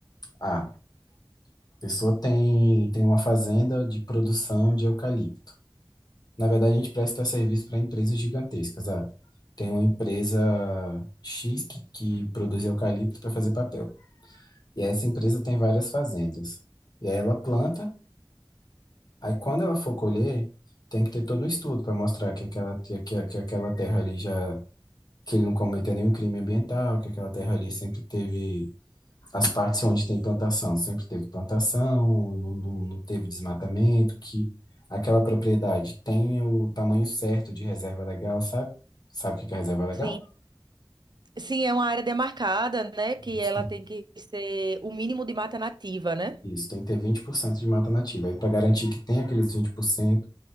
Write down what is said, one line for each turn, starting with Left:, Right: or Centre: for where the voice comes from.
Left: ah, a pessoa tem, tem uma fazenda de produção de eucalipto. Na verdade, a gente presta serviço para empresas gigantescas. Ah, tem uma empresa X que, que produz eucalipto para fazer papel. E essa empresa tem várias fazendas. E aí ela planta, aí quando ela for colher, tem que ter todo um estudo para mostrar que aquela, que, que, que aquela terra ali já. que ele não cometeu nenhum crime ambiental, que aquela terra ali sempre teve as partes onde tem plantação, sempre teve plantação, não, não- não teve desmatamento, que aquela propriedade tenha o tamanho certo de reserva legal, sabe? Sabe o que que é reserva legal?
Right: Sim. Sim, é uma área demarcada, né? Que
Left: Isso,
Right: ela
Left: tem
Right: tem que ser o mínimo de mata nativa, né?
Left: isso, tem que ter 20% de mata nativa, aí para garantir que tem aqueles 20%,